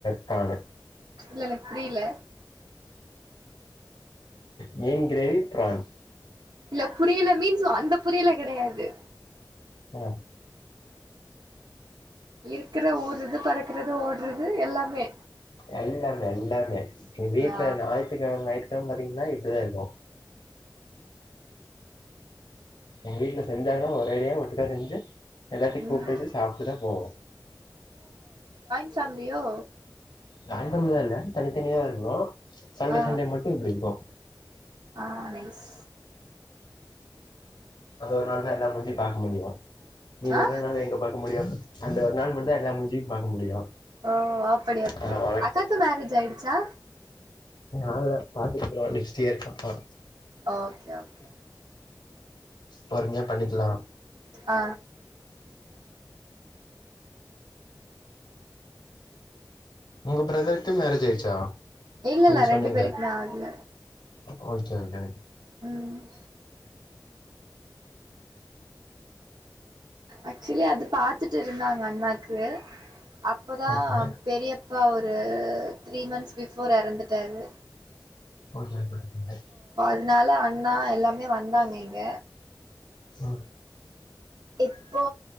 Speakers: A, on the left; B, on the right.
A: ப்ரானு
B: இல்ல எனக் புரியில
A: மீன் க்ரேவி, ப்ரான்
B: இல்ல புரில மீன்ஸ் அந்த புரில கிடையாது
A: அ
B: இருக்ற ஊற்றது பறக்கறது ஓட்றது எல்லாமே
A: எல்லாமே எல்லாமே ஏ வீட்டுல
B: ஆ
A: ஞாயித்துகிழம கிழம பாத்தீங்கன்னா இப்டிதா இருக்கு எங்க வீட்ல செஞ்சாங்கன்னா ஒரேடியா ஒட்டுக்கா செஞ்சு எல்லாத்தை கூப்டுவச்சு
B: ம்
A: சாப்டுதா போவோ
B: பேம்லியோ
A: ஜாயிண்பேம்லில்ல தனித்தனிய இருக்குறோ சண்டே
B: ஆ
A: சண்டே மட்டு இப்டி இருக்கோ
B: ஆ நைஸ்
A: அது ஒரு நாள் தா எல்லா மூஞ்சியு பாக்க முடியு மீதி
B: ஆ
A: எல்லநாலு எங்க பாக்க முடியு அந்த ஒரு நாள் மட்டுதா எல்லா மூஞ்சியு பாக்க முடியு
B: ஓ அப்படி அப்படி
A: ஆ உனக்கு
B: அக்காக்கு மேரேஜ் ஆயிடுச்சா
A: ஆகல பாத்துருக்கிறோ நெக்ஸ்டு இயர்கு அப்பறோ
B: ஓகே ஓகே
A: பொறுமயா பண்ணிக்கலா
B: ஆ
A: உங்க ப்ரதர்க்கு மேரேஜ் ஆயிடுச்சா
B: இல்லல்ல
A: நீங்க
B: ரெண்டு
A: சொன்னீங்களே
B: பேருக்குமே ஆக்ல
A: ஓகே ஓகே
B: ம் ஆக்சுலி அது பாத்துட்டு இருந்தாங்க அண்ணாக்கு அப்பதா
A: ஓகே
B: பெரியப்பா ஒரு த்ரீ மந்த்ஸ் பிபோர் எறந்துட்டாரு
A: <unintelligible>
B: அதுனால அண்ணா எல்லாமே வந்தாங்க இங்க
A: ம்
B: இப்போ